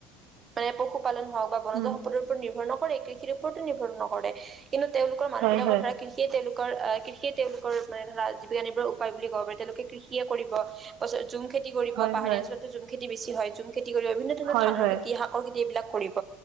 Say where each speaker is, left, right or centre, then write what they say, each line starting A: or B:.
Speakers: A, on the right; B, on the right.
A: মানে পশুপালন হওক বা বনজ
B: উম,
A: সম্পদৰ ওপৰত নিৰ্ভৰ নকৰে কৃষিৰ ওপৰতো নিৰ্ভৰ নকৰে। কিন্তু তেওঁলোকৰ মানুহবিলাকৰ
B: হয় হয়,
A: ধৰা কৃষিয়ে তেওঁলোকৰ আহ, কৃষিয়ে তেওঁলোকৰ মানে ধৰা জীৱিকা নি উপাই বুলি ক'ব পাৰি, তেওঁলোকে কৃষিয়ে কৰিব। পাছত জুম খেতি কৰিব
B: হয়
A: পাহাৰীয়া
B: হয়,
A: অঞ্চলততো জুম খেতি বেছি হয় জুম খেতি কৰিব, বিভিন্ন ধৰণৰ
B: হয়
A: ধানৰ
B: হয়,
A: খেতি হওক কৰ খেতি এইবিলাক কৰিব